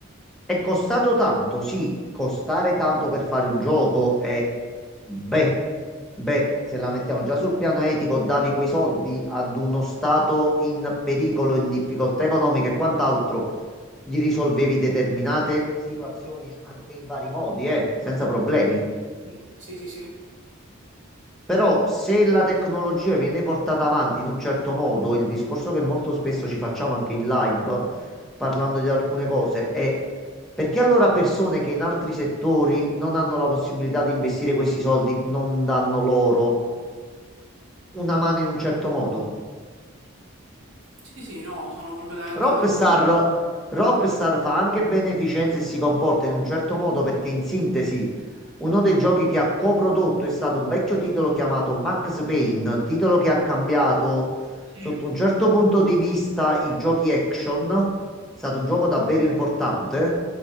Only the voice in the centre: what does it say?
è costato tanto, sì, costare tanto per fare un gioco è, beh, beh, se la mettiamo già sul piano etico, davi quei soldi ad uno stato in pericolo, in difficoltà economica e quant'altro, gli risolvevi determinate situazioni anche in vari modi, eh, senza problemi.
Però se la tecnologia viene portata avanti in un certo modo, il discorso che molto spesso ci facciamo anche in live, parlando di alcune cose, è perché allora persone che in altri settori non hanno la possibilità di investire questi soldi non danno loro una mano in un certo modo?
Rockstar,
Rockstar fa anche beneficenza e si comporta in un certo modo perché in sintesi... Uno dei giochi che ha coprodotto è stato un vecchio titolo chiamato Max Payne, titolo che ha cambiato
sotto un certo punto di vista i giochi action. È stato un gioco davvero
importante,